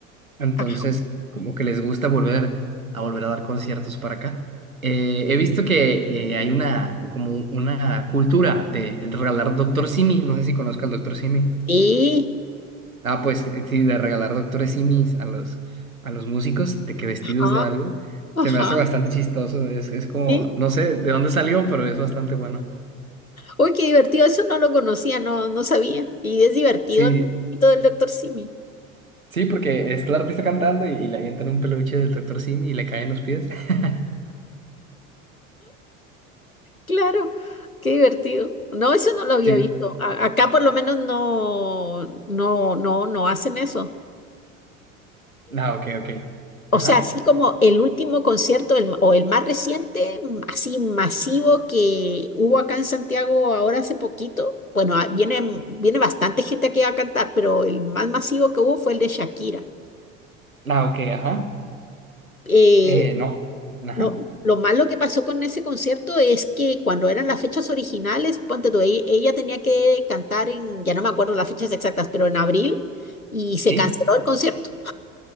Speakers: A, on the right; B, on the left.
A: Entonces,
B: Ajá.
A: como que les gusta volver a volver a dar conciertos para acá. Eh, he visto que eh, hay una como una cultura de regalar Doctor Simi. No sé si conozcas al Doctor Simi.
B: Sí.
A: Ah, pues eh, sí, de regalar doctores simis a los, a los músicos, de que vestidos
B: Ajá.
A: de algo,
B: Ajá.
A: se me hace bastante chistoso. Es, es como,
B: Sí.
A: no sé de dónde salió, pero es bastante bueno.
B: Uy, qué divertido. Eso no lo conocía, no, no sabía. Y es divertido
A: Sí,
B: el todo del doctor Simi.
A: sí, porque está el artista cantando y, y le avientan un peluche del doctor simi y le caen los pies. <laughs>
B: Claro. Qué divertido. No, eso no lo había
A: Sí,
B: visto. A- acá por lo menos no, no, no, no hacen eso.
A: ah, ok, ok. Ajá,
B: O sea, así como el último concierto el- o el más reciente, mm, así masivo que hubo acá en Santiago ahora hace poquito. Bueno, ah, viene, mm, viene bastante gente aquí a cantar, pero el más masivo que hubo fue el de Shakira.
A: ah, ok, ajá.
B: Eh,
A: Eh, no, ajá,
B: lo, lo malo que pasó con ese concierto es que cuando eran las fechas originales, ponte tú, e- ella, tenía que cantar en, ya no me acuerdo las fechas exactas, pero en abril y se
A: sí.
B: canceló el concierto.